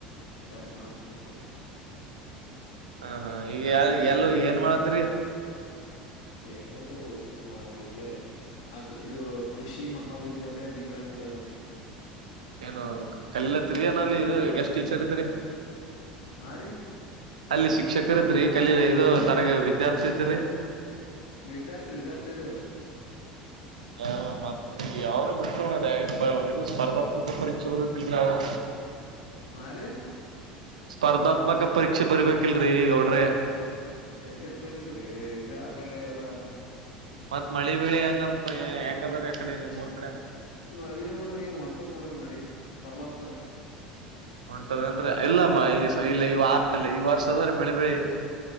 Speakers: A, on the left; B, on the right.
A: ಕ ಹಾ ಮಹತ್ವ ಕಮಾತ.
B: ಹಾ ಹಾ ಈಗ ಯಲ್ ಯಲ್ಲು ಏನ್ ಮಾಡಕತಿರೀ.
A: ಏನ್ ಇಲ್ರೀ ಸುಮ್ನ ಇಲ್ಲೇ. ಆ ಇದು ಕೃಷಿ ಮಹಾವಿದ್ಯಾಲಯ ಭೀಮ್ರನ್ ಗುಡಿ ಆಗದಲ್ಲ.
B: ಏನು ಕಲ್ಯತ್ರಿಯ ನಲ್ಲಿ ಇದು ಗೆಸ್ಟ್ ಟೀಚರ್ ಇದ್ರರಿ.
A: ಹಾ ರೀ
B: ಅಲ್ಲಿ ಶಿಕ್ಷಕರ ಇದ್ರಿ ಕಲ ಈದು ತರಗ ವಿದ್ಯಾರ್ಥಿ ಇದ್ರಿ.
A: ವಿದ್ಯಾರ್ಥಿ ವಿದ್ಯಾರ್ಥಿ ಇದರು.
B: ಹ ಮತ್ತ ಅವ್ರ ಬಿಟ್ಟರು ಅದೇ ಇದು ಸ್ಪರ್ಧಾತ್ಮಕ ಪರೀಕ್ಷೆ ಬರತ್ತಲ್ರ ಅವರು.
A: ಹಾ ರೀ.
B: ಸ್ಪರ್ಧಾತ್ಮಕ ಪರೀಕ್ಷೆ ಬರ್ಬೇಕಿಲ್ರೀ ಗೌಡ್ರೇ.
A: ಎಲ್ಲಿದ್ದ್ ಬರೊದ್ರಿ ಇದೇ ಆಗಲ್ಲ ಅಗದ.
B: ಮತ್ತ್ ಮಳಿ ಬೆಳಿ ಹೆಂಗಂತ ಹೆಂಗದ್ರ ಯಕಡೆ ನಿಮ್ ಊರ್ ಕಡೆ.
A: ಮಳಿ ನೋಡ್ರಿ ಹೊಂಟದ್ ನೋಡ್ರಿ ಮಳಿ ಬರ್ಲತರಿ.
B: ಉಂಟದನ ರೀ ಇಲ್ಲ ಈ ಇಲ್ಲ ಈ ವಾರ ಈ ವರ್ಷದ್ರೀ ಮಳೆ ಬೆಳಿ.